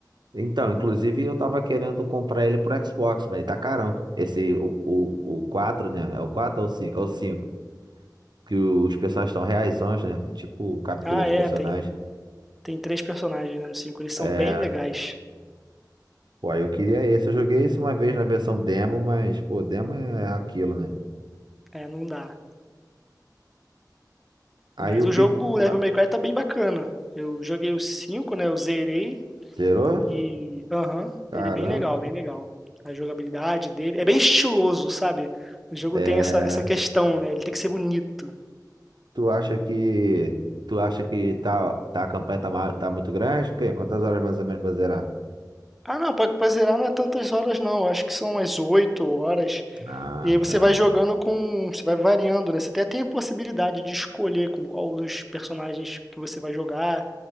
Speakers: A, on the right; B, in the centre.
A: Então, inclusive eu tava querendo comprar ele pro Xbox, mas ele tá carão. Esse, o, o, o 4, né? É o 4 ou o 5? É o 5. Que os personagens estão reaisões, né? Tipo captura
B: Ah,
A: de
B: é,
A: personagem.
B: tem. Tem três personagens, né, no cinco Eles são
A: É.
B: bem legais.
A: Pô, aí eu queria esse. Eu joguei esse uma vez na versão demo, mas, pô, demo é aquilo, né?
B: É, não dá.
A: Aí
B: Mas
A: o
B: o
A: que.
B: jogo o Devil
A: ah,
B: May Cry tá bem bacana. Eu joguei o cinco né? Eu zerei.
A: zerou?
B: E, aham,
A: Caramba.
B: ele é bem legal, bem legal. A jogabilidade dele é bem estiloso, sabe? O jogo
A: É.
B: tem essa, essa questão, né? Ele tem que ser bonito.
A: Tu acha que. Tu acha que tá, tá, a campanha tá, ma- tá muito grande? O quê? Quantas horas mais ou menos pra zerar?
B: Ah, não, pra, pra zerar não é tantas horas, não. Acho que são umas 8 horas.
A: Ah,
B: E aí você
A: tá.
B: vai jogando com, você vai variando, né? Você até tem a possibilidade de escolher com qual dos personagens que você vai jogar.